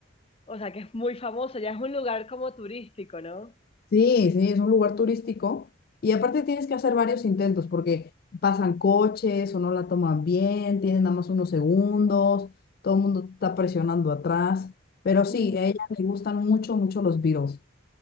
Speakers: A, on the left; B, on the left.
A: O sea, que es muy famoso, ya es un lugar como turístico, ¿no?
B: Sí, sí, es un lugar turístico y aparte tienes que hacer varios intentos porque pasan coches o no la toman bien, tienen nada más unos segundos, todo el mundo te está presionando atrás, pero sí,
A: Mm,
B: a ella le gustan mucho, mucho los Beatles.